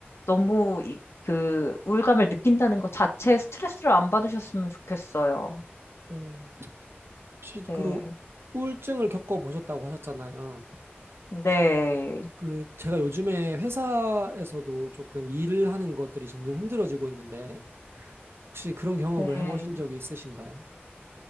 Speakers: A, on the left; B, on the right.
A: 너무 이, 그 우울감을 느낀다는 것 자체에 스트레스를 안 받으셨으면 좋겠어요.
B: 네. 혹시
A: 네.
B: 그 우울증을 겪어보셨다고 하셨잖아요.
A: 네.
B: 그 제가 요즘에 회사에서도 조금 일을 하는 것들이 점점 힘들어지고 있는데 혹시 그런 경험을
A: 네.
B: 해보신 적이 있으신가요?